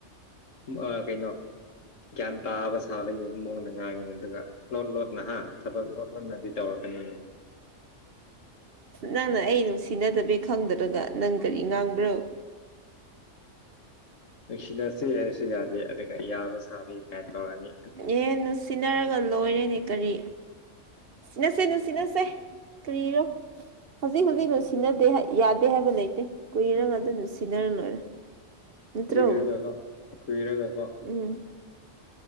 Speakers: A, on the left; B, on the right.
A: ꯑꯥ ꯀꯩꯅꯣ ꯒ꯭ꯌꯥꯟ ꯇꯥꯕ ꯁꯥꯕꯒꯤ ꯃꯑꯣꯡꯗ ꯉꯥꯡꯉꯤ ꯑꯗꯨꯒ ꯂꯣꯠ ꯂꯣꯠ ꯅꯍꯥ ꯊꯕꯛ ꯂꯣꯟꯅꯗꯤ ꯇꯧꯔꯛꯀꯅꯤ
B: ꯅꯪꯅ ꯑꯩ ꯅꯨꯡꯁꯤꯅꯗꯕꯤ ꯈꯪꯗ꯭ꯔꯒ ꯅꯪ ꯀꯔꯤ ꯉꯥꯡꯕ꯭ꯔꯣ
A: ꯅꯨꯡꯁꯤꯅꯁꯦ ꯍꯥꯏꯔꯁꯨ ꯌꯥꯗꯦ ꯑꯗꯨꯒ ꯌꯥꯕꯩ ꯁꯥꯕꯤ ꯇꯥꯢꯞ ꯇꯧꯔꯗꯤ
B: ꯑꯦ ꯅꯨꯡꯁꯤꯟꯅꯔꯒ ꯂꯣꯏꯔꯦꯅꯦ ꯀꯔꯤ ꯁꯤꯟꯅꯁꯦ <inaudible> ꯅꯨꯡ ꯁꯤꯟꯅꯁꯦ ꯀꯔꯤꯔꯣ ꯍꯧꯖꯤꯛ ꯍꯧꯖꯤꯛꯅꯅꯨꯡ ꯁꯤꯟꯅꯗꯦ ꯍꯥꯏ ꯌꯥꯗꯦ ꯍꯥꯏꯕ ꯂꯩꯇꯦ ꯀꯨꯏꯔꯒ ꯑꯗꯨꯅ ꯁꯤꯟꯅꯔ ꯂꯣꯏꯔꯦ ꯅꯠꯇ꯭ꯔꯣ
A: ꯈꯨꯨꯏꯔꯒꯀꯣ ꯈꯨꯨꯏꯔꯒꯀꯣ
B: ꯎꯝ